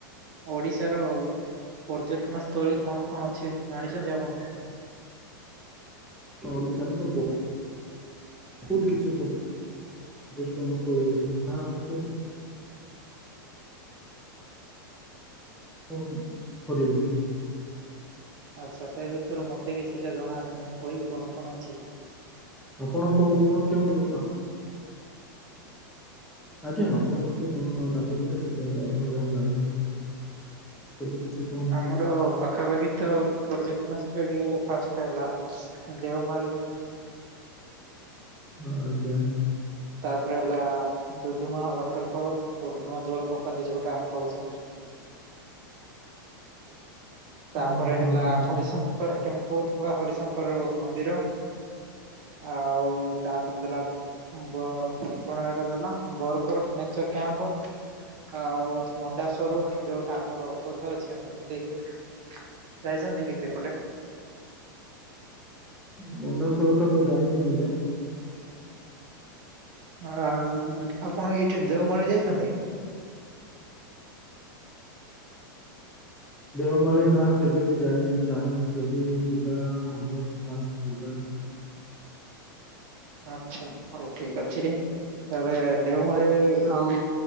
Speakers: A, on the right; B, in the centre.
A: ଓଡ଼ିଶାର ପର୍ଯ୍ୟଟନ ସ୍ଥଳୀ କଣ କଣ ଅଛି ଜାଣିଛନ୍ତି ଆପଣ?
B: ଓଡ଼ିଶାରେ ତ ପ ବହୁତ କିଛି ପର୍ଯ୍ୟଟନ ସ୍ଥଳୀ ଅଛି ଯାହା ଆମକୁ <unintelligible> ସରିବନି।
A: ଆଚ୍ଛା ସେ ଭିତରୁ ମତେ କିଛିଟା ଜଣା ଅଛି ମୁଁ କହିବି କଣ କଣ ଅଛି?
B: ଆପଣ କୋଉ ଆପଣ କେଉଠି ହୁଏ ଆପଣ ଆଜ୍ଞା ଆପଣ କୁହନ୍ତୁ <unintelligible> କୁହନ୍ତୁ ଆପଣ ଯାହା ଜାଣିଛନ୍ତି ସବୁ କିଛି। କୁହନ୍ତୁ
A: ଆମର ପାଖାପାଖି ତ ପର୍ଯ୍ୟଟନସ୍ଥଳି ଗଲେ ଫାଷ୍ଟ ହେଲା ଦେଓମାଳି
B: ହଁ ଆଜ୍ଞା।
A: ତାପରେ ହେଲା ଡୁଡୁମା ୱାଟର ଫଲ ଡଡୁମା ଜଳପ୍ରପାତ ଯୋଉଟା ଆମେ କହୁଛେ। ତାପରେ
B: ହୁଁ, ହଁ
A: ହେଲା
B: ହଁ
A: ହରିଶଙ୍କର ଟେମ୍ପଲ ବା ହରିଶଙ୍କର ମନ୍ଦିର ଆଉ ତାପରେ ଦେଲା ଵ କଣ ହେଟା ଦେଲା ବରଗଡ଼ ନେଚର କ୍ୟାମ୍ପ ଆଉ ମଣ୍ଡାଶୋର ଯୋଉଟା ଆମର କୋଉଠି ଅଛି ଆମର ଉଦୟଗିରି ଯାଇଛନ୍ତି କି ସେପଟେ?
B: ମଣ୍ଡା ସୋର ଟା ତ ଯାଇନି ଆଜ୍ଞା।
A: ଆ ଆପଣ ଏଇଠି ଦେଓମାଳି ଯାଇଛନ୍ତି?
B: ଦେଓମାଳି ନା କେବେ ବି ଯାଇନି ଚାହିଁ ଯଦି ଯିବା ହବ ତାହେଲେ ଯିବା।
A: ଆଚ୍ଛା ହଉ ଠିକ୍ ଅଛି ତାହାଲେ ଦେଓମାଳି ଆଉ